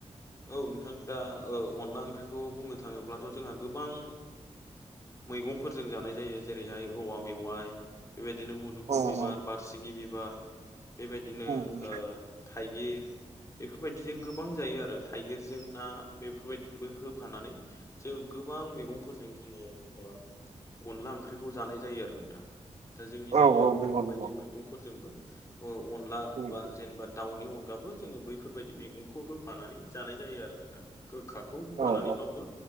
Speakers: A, on the left (about 25°); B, on the right (about 70°).
A: औ नोंथां दा अनला ओंख्रिखौ बुंनो थाङोब्लाथ' जोंहा गोबां। मैगंफोरजों जानाय जायो जेरैहाय औवा मेवाइ बेबायदिनो म
B: अनगा
A: दुफुल बिबार बारसिगि बिबार बेबायदिनो
B: उम उम
A: थाइगिर बेफोरबायदिजों गोबां जायो आरो थाइगिरजों ना बेफोरबायदिबो होफानानै जों गोबां मैगंफोरजों जोङो। अनला ओंख्रिखौ जानाय जायो आरो नोंथां। दा जोंनि जायगायाव
B: औ औ नंगौ
A: बेफोरबायदि
B: नंगौ
A: मैगंफोरजोंबो अनला
B: उम
A: बा जेनेबा दाउनि अनगाबो जोङो बैफोरबायदि मैगंखौ होफानानै जानाय जायो आरो नोंथां गोखाखौ होफानानैबाबो
B: औ औ